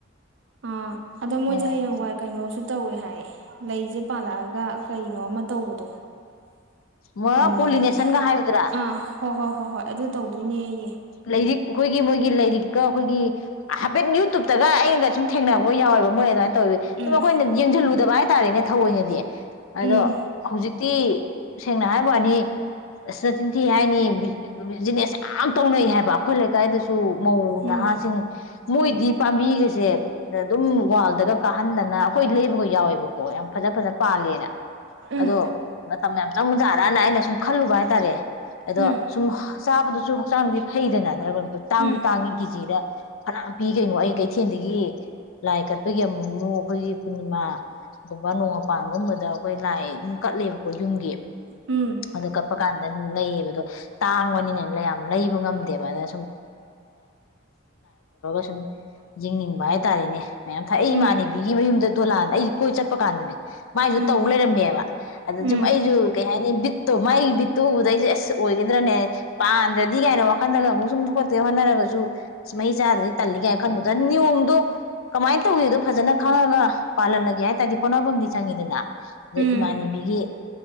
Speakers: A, on the right; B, on the left.
A: ꯑꯥ ꯑꯗꯣ ꯃꯣꯏꯁꯦ
B: ꯑꯣ
A: ꯍꯌꯦꯡꯋꯥꯏ ꯀꯩꯅꯣ ꯇꯧꯋꯦ ꯍꯥꯏ ꯂꯩꯁꯦ ꯄꯥꯜꯂꯛꯑꯒ ꯀꯩꯅꯣ ꯑꯃ ꯇꯧꯕꯗꯣ
B: ꯃꯣꯏ
A: ꯎꯝ
B: ꯄꯣꯂꯤꯅꯦꯁꯟꯒ ꯍꯥꯏꯕꯗꯨꯔꯥ
A: ꯑ ꯍꯣ ꯍꯣ ꯍꯣ ꯍꯣꯏ ꯑꯗꯨ ꯇꯧꯗꯣꯏꯅꯦ ꯑꯩꯌꯦ
B: ꯂꯔꯤꯛ ꯑꯩꯈꯣꯏꯒꯤ ꯃꯣꯏꯒꯤ ꯂꯥꯏꯔꯤꯛꯀ ꯑꯩꯈꯣꯏꯒꯤ ꯍꯥꯏꯐꯦꯠ ꯌꯨꯇꯨꯞꯇꯒ ꯑꯩꯅꯒ ꯁꯨꯝ ꯊꯦꯡꯅꯕꯒ ꯌꯥꯎꯋꯦꯕ ꯃꯣꯏꯦ ꯑꯗꯨꯃꯥꯏꯅ ꯇꯧꯋꯤ ꯁꯨꯝ
A: ꯎꯝ
B: ꯑꯩꯈꯣꯏꯅ ꯌꯦꯡꯁꯤꯜꯂꯨꯗꯕ ꯍꯥꯏꯇꯥꯔꯦꯅꯦ ꯊꯑꯣꯏꯅꯗꯤ ꯑꯗꯣ
A: ꯎꯝ
B: ꯍꯧꯖꯤꯛꯇꯤ ꯁꯦꯡꯅ ꯍꯥꯏꯕꯅꯤ ꯇꯤꯟ ꯊꯤ ꯍꯥꯏꯅꯤ ꯅꯤꯁ <unintelligible> ꯇꯧꯅꯩ ꯍꯥꯏꯕ ꯑꯩꯈꯣꯏ ꯂꯩꯀꯥꯏꯗꯁꯨ ꯃꯧ
A: ꯎꯝ
B: ꯅꯍꯥꯁꯤꯡ ꯃꯣꯏꯗꯤ ꯄꯥꯝꯕꯤꯒꯁꯦ ꯑꯗꯨꯝ ꯋꯥꯜꯗꯒ ꯀꯥꯍꯟꯗꯅ ꯑꯩꯈꯣꯏ ꯂꯩꯕꯒ ꯌꯥꯎꯋꯦꯕꯀꯣ ꯌꯥꯝ ꯐꯖ ꯐꯖ ꯄꯥꯜꯂꯦꯅ
A: ꯎꯝ
B: ꯑꯗꯣ ꯃꯇꯝ ꯌꯥꯝ ꯆꯪꯕꯖꯥꯠꯔꯅ ꯑꯩꯅ ꯁꯨꯝ ꯈꯜꯂꯨꯕ ꯍꯥꯏꯇꯥꯔꯦ ꯑꯗꯣ
A: ꯎꯝ
B: ꯁꯨꯝ ꯆꯥꯕꯗꯨꯁꯨ ꯍꯛꯆꯥꯡꯗꯤ ꯐꯩꯗꯅꯠꯇ꯭ꯔꯒ ꯑꯩ ꯇꯥꯡꯁꯨ
A: ꯎꯝ
B: ꯇꯥꯡꯉꯤ ꯀꯦꯖꯤꯗ ꯐꯅꯥ ꯄꯤ ꯀꯩꯅꯣ ꯑꯩ ꯀꯩꯊꯦꯜꯗꯒꯤ ꯂꯥꯏ ꯀꯠꯄꯒꯤ ꯑꯃꯨꯛꯃꯨꯛ ꯑꯩꯈꯣꯏꯒꯤ ꯄꯨꯔꯅꯤꯃꯥꯒꯨꯝꯕ ꯅꯣꯡꯃꯄꯥꯟꯒꯨꯝꯕꯗ ꯑꯩꯈꯣꯏ ꯂꯥꯏ ꯑꯗꯨꯝ ꯀꯠꯂꯦꯕ ꯌꯨꯝꯒꯤ
A: ꯎꯝ
B: ꯑ ꯀꯞꯄ ꯀꯥꯟꯗ ꯂꯩꯌꯦꯕꯗꯣ ꯇꯥꯡꯕꯅꯤꯅꯦꯅ ꯂꯩ ꯌꯥꯝ ꯇ ꯁꯨꯝ ꯌꯦꯡꯅꯤꯡꯕ ꯍꯥꯏꯇꯥꯔꯦꯅꯦ ꯃꯌꯥꯝ ꯊꯥꯏ ꯑꯩ
A: ꯎꯝ
B: ꯏꯃꯥꯟꯅꯕꯤꯒꯤ ꯃꯌꯨꯝꯗ ꯗꯣꯂꯥ ꯀꯣꯏ ꯆꯠꯄ ꯀꯥꯟꯗꯅꯦ ꯃꯥꯏꯁꯨ
A: ꯎꯝ
B: ꯇꯧ ꯂꯩꯔꯝꯃꯦꯕ ꯑꯗ
A: ꯎꯝ
B: ꯁꯨꯝ ꯑꯩꯁꯨ ꯀꯩ ꯍꯥꯏꯅꯤ ꯕꯤꯠꯇꯣ ꯃꯥꯏ ꯕꯤꯠꯇꯨ ꯎꯕꯗ ꯑꯩꯁꯦ ꯑꯁ ꯑꯣꯏꯒꯗ꯭ꯔꯅꯦ ꯄꯥꯟ ꯗꯤ ꯀꯥꯏꯅ ꯋꯥꯈꯜꯗꯒ ꯑꯃꯨꯛ ꯁꯨꯝ ꯍꯣꯠꯅꯔꯒꯁꯨ ꯑ ꯃꯍꯤ ꯆꯥꯗꯗꯤ ꯇꯜꯂꯤ ꯀꯥꯏꯅ ꯈꯟꯕꯗꯣ ꯅꯤꯌꯣꯝꯗꯣ ꯀꯃꯥꯏꯅ ꯇꯧꯒꯦꯗꯣ ꯐꯖꯅ ꯈꯡ ꯉꯒꯥ ꯄꯥꯜꯍꯜꯂꯒꯦ ꯍꯥꯏ ꯇꯥꯔꯗꯤ ꯈꯣꯠꯅꯐꯝꯗꯤ ꯆꯪꯉꯤꯗꯅ ꯑꯗ
A: ꯎꯝ
B: ꯏꯃꯥꯟꯅꯕꯤꯒꯤ